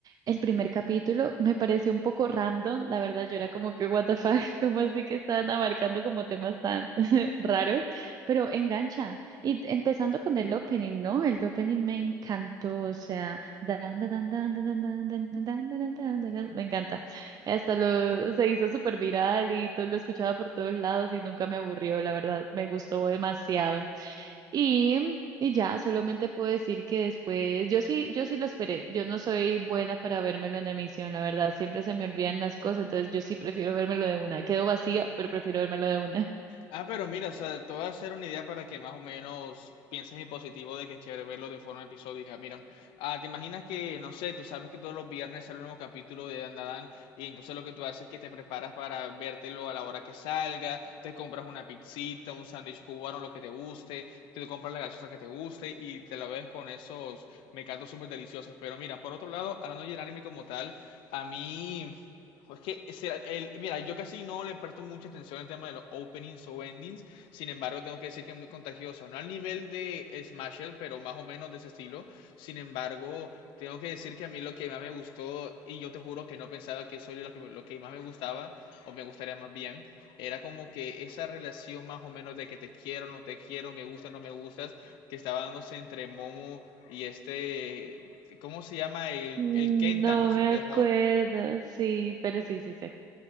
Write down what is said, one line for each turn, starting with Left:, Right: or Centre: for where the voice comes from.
Right: el primer capítulo, me pareció un poco random, la verdad yo era como que what the fuck, <laughs> como así que están abarcando como temas tan <laughs> raros, pero engancha. Y empezando con el opening, ¿no? El opening me encantó, o sea, dan, dan, dan, dan, dan, dan, dan, dan, dan, dan, dan, dan, dan, me encanta. Hasta lo se hizo súper viral y todo, lo escuchaba por todos lados y nunca me aburrió, la verdad, me gustó demasiado. Y, y ya, solamente puedo decir que después, yo sí, yo sí lo esperé. Yo no soy buena para vérmelo en emisión, la verdad. Siempre se me olvidan las cosas, entonces yo sí prefiero vérmelo de una. Quedo vacía, pero prefiero vérmelo de una. <laughs>
Left: Ah, pero mira, o sea, te voy a hacer una idea para que más o menos pienses en positivo de que es chévere verlo de forma episódica. Mira, ah, te imaginas que, no sé, tú sabes que todos los viernes sale un nuevo capítulo de Dandadan y entonces lo que tú haces es que te preparas para vértelo a la hora que salga, te compras una pizzita, un sándwich cubano, lo que te guste, te compras la gaseosa que te guste y te la ves con esos mecatos súper deliciosos. Pero mira, por otro lado, hablando del anime como tal, a mí Ojo, Es que ese era el, mira, yo casi no le presto mucha atención al tema de los openings o endings, sin embargo tengo que decir que es muy contagioso, no al nivel de Smasher, pero más o menos de ese estilo, sin embargo tengo que decir que a mí lo que más me gustó, y yo te juro que no pensaba que eso era lo que, lo que más me gustaba, o me gustaría más bien, era como que esa relación más o menos de que te quiero, no te quiero, me gustas, no me gustas, que estaba dándose entre Momo y este, ¿cómo se llama? El,
Right: Mm,
Left: el Kenta,
Right: No
Left: no sé
Right: me
Left: qué,
Right: acuerdo,
Left: joder.
Right: sí, pero sí, sí sé.